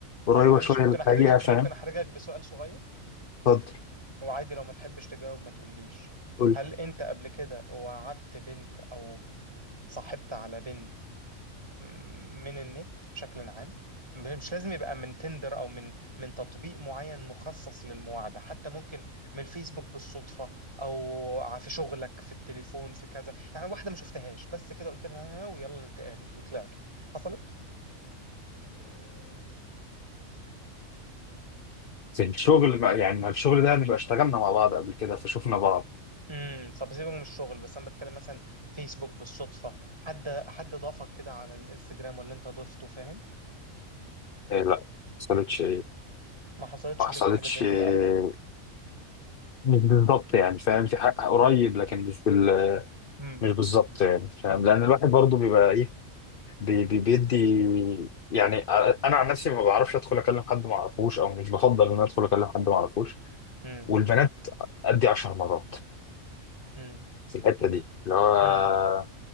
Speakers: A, on the left (about 50°); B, on the right (about 20°).
A: قريبة
B: طب معلش
A: شوية
B: ممكن
A: للحقيقة
B: احرجك
A: فاهم
B: ممكن احرجك بسؤال صغير
A: اتفضل
B: وعادي لو ما تحبش تجاوب ما تقوليش
A: قول
B: هل انت قبل كده وعدت بنت او صاحبت على بنت م- من النت بشكل عام م- مش لازم يبقى من تندر او من من تطبيق معين مخصص للمواعدة حتى ممكن من الفيسبوك بالصدفة او ع- في شغلك في التليفون في كذا يعني واحدة ما شفتهاش بس كده قلت لها ها ويلا نتقابل وطلعت حصلت
A: زي الشغل ما- يعني ما الشغل ده نبقى اشتغلنا مع بعض قبل كده فشوفنا بعض
B: امم طب سيبك من الشغل بس انا بتكلم مثلا فيسبوك بالصدفه حد حد ضافك كده على الانستجرام واللي انت ضفته فاهم
A: إيه لا ما حصلتش
B: ما حصلتش
A: ما
B: ليك
A: حصلتش
B: حاجه زي كده
A: إيه،
B: ابدا
A: مش بالظبط يعني فاهم في حق قريب
B: امم
A: لكن مش بال
B: امم
A: مش بالظبط يعني فاهم
B: امم
A: لان الواحد برضه بيبقى ايه بي بي بيدي يعني انا عن نفسي ما بعرفش ادخل اكلم حد ما اعرفوش او مش بفضل ان أنا ادخل اكلم حد ما اعرفوش
B: امم
A: والبنات ادي 10 مرات
B: امم
A: في الحته دي اللي هو
B: امم